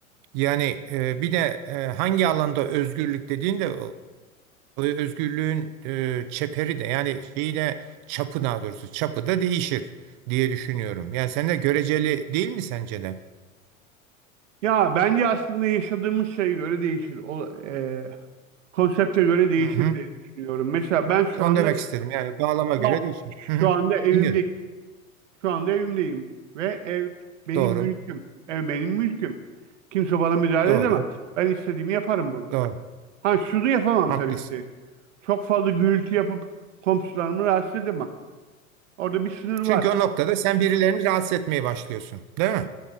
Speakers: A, on the right; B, on the right.
A: Yani e, bir de e, hangi alanda özgürlük dediğinde özgürlüğün e, çeperi de yani şeyi de çapı daha doğrusu çapı da değişir diye düşünüyorum. Yani sen de göreceli değil mi sence de?
B: Ya bence aslında yaşadığımız şeye göre değişir. O, e, konsepte göre değişir
A: Hı hı.
B: diye düşünüyorum. Mesela ben şu
A: Onu
B: anda
A: demek istedim. Yani bağlama
B: şu,
A: göre değişir. Hı
B: şu
A: hı.
B: anda evimdeyim.
A: Biliyorum.
B: Şu anda evimdeyim ve ev benim
A: Doğru.
B: mülküm. Ev benim mülküm. Kimse bana müdahale
A: Doğru.
B: edemez. Ben istediğimi yaparım burada.
A: Doğru.
B: Ha şunu yapamam
A: Haklısın.
B: tabii ki. Çok fazla gürültü yapıp komşularımı rahatsız edemem. Orada bir sınır var.
A: Çünkü o noktada sen birilerini rahatsız etmeye başlıyorsun. Değil mi?